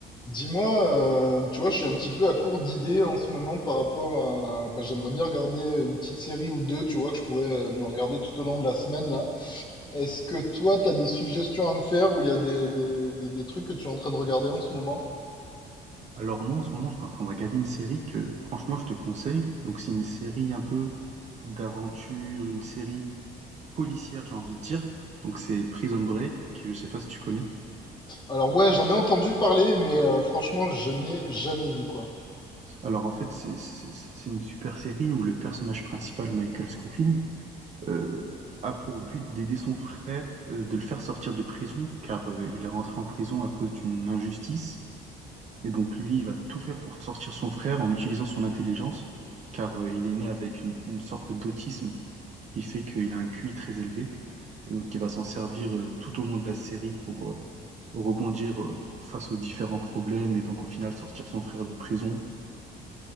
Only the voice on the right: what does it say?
Alors moi, en ce moment, je suis en train de regarder une série que, franchement, je te conseille. Donc c'est une série un peu d'aventure, une série policière, j'ai envie de dire. Donc c'est Prison Break, je sais pas si tu connais.
Alors en fait, c'est c'est- c'est- c'est une super série où le personnage principal, Michael Scofield, euh, a pour but d'aider son frère, euh, de le faire sortir de prison, car euh, il est rentré en prison à cause d'une injustice. Et donc lui, il va tout faire pour sortir son frère en utilisant son intelligence, car euh, il est né avec une une sorte d'autisme qui fait qu'il a un QI très élevé et donc il va s'en servir euh, tout au long de la série pour euh, rebondir euh, face aux différents problèmes et donc au final sortir son frère de prison.